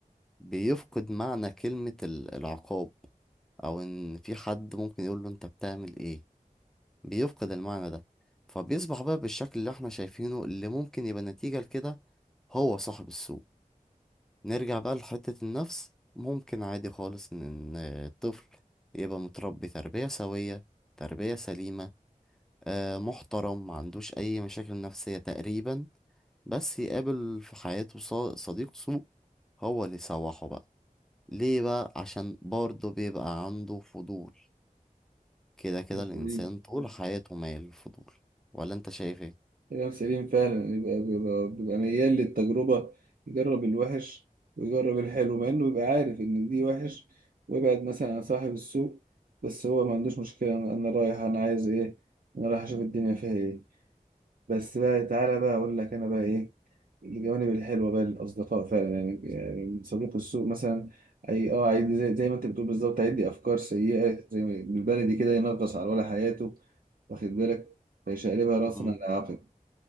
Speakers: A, in the centre; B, on the right (about 80°).
A: بيفقد معنى كلمة ال- العقاب او ان في حد ممكن يقول له انت بتعمل ايه بيفقد المعنى ده فبيصبح بقى بالشكل اللي احنا شايفينه اللي ممكن يبقى نتيجة لكده هو صاحب السوء نرجع بقى لحتة النفس ممكن عادي خالص ان إن الطفل يبقى متربي تربية سوية تربية سليمة آه، محترم ما عندوش أي مشاكل نفسية تقريبا بس يقابل في حياته ص- صديق سوء هو اللي يسوحه بقى ليه بقى عشان برضه بيبقى عنده فضول كده كده
B: بس
A: الإنسان
B: دي
A: طول حياته مايل للفضول ولا أنت شايف إيه؟
B: كلام سليم فعلا يبقى بيبقى, بيبقى ميال للتجربة يجرب الوحش ويجرب الحلو مع انه يبقى عارف ان دي وحش ويبعد مثلا عن صاحب السوق بس هو ما عندوش مشكلة انا أنا رايح انا عايز ايه انا رايح اشوف الدنيا فيها ايه بس بقى تعالى بقى اقول لك انا بقى ايه الجوانب الحلوة بقى للأصدقاء فعلا يعني يعني صديق السوق مثلا أي أه عادي زي, زي ما أنت بتقول بالظبط عادي أفكار سيئة زي ما بالبلدي كده ينغص على ولا حياته واخد بالك فيشقلبها رأسا
A: مم.
B: على عقب